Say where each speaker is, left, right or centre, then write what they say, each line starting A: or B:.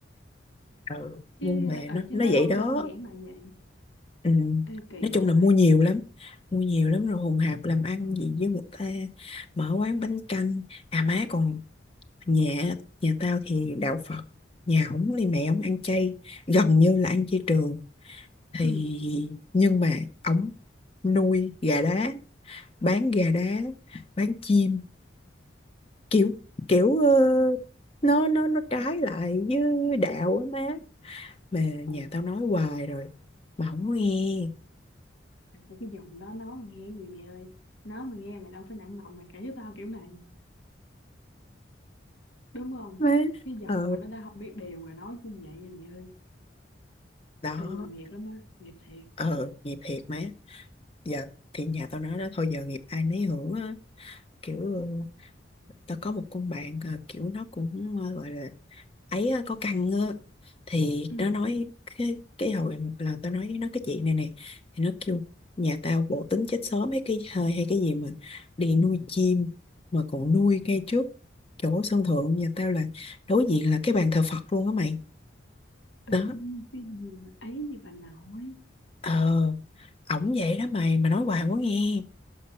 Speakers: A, on the left (about 30°); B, on the left (about 75°).
A: ừ
B: chứ
A: nhưng mà
B: ờ
A: nó
B: chứ
A: nó
B: nó
A: vậy
B: không
A: đó
B: đơn giản là vậy
A: ừ.
B: ê kỳ
A: nói chung
B: vậy
A: là mua nhiều lắm mua nhiều lắm rồi hùng hạp làm ăn gì với người ta mở quán bánh canh à má còn nhà nhà tao thì đạo Phật nhà ổng thì mẹ ổng ăn chay gần như là ăn chay trường thì
B: ừ.
A: nhưng mà ổng nuôi gà đá bán gà đá bán chim kiểu kiểu ờ, nó nó nó trái lại với đạo á má mà nhà
B: Ừ.
A: tao nói hoài rồi mà không có nghe
B: cái giọng đó nó mà nghe gì mẹ ơi nó mà nghe mày đâu phải nặng lòng mà kể với tao kiểu này đúng không
A: má
B: cái giọng
A: ờ
B: mà nó đã không biết điều rồi nói cũng vậy rồi mẹ ơi
A: đó
B: Ê, nhưng mà nghiệp lắm á nghiệp thiệt
A: ờ nghiệp thiệt má giờ thì nhà tao nói đó thôi giờ nghiệp ai nấy hưởng á kiểu ờ, tao có một con bạn ờ, kiểu nó cũng ờ, gọi là ấy ờ, có căng á thì
B: ừ. <clears throat>
A: nó nói cái cái hồi một lần tao nói với nó cái chuyện này nè thì nó kêu nhà tao bộ tính chết sớm mấy cái hơi hay cái gì mà đi nuôi chim mà còn nuôi ngay trước chỗ sân thượng nhà tao là đối diện là cái bàn thờ Phật luôn á mày
B: Ừ,
A: đó
B: cái gì mà ấy gì bà nội
A: ờ ổng vậy đó mày mà nói hoài quá nghe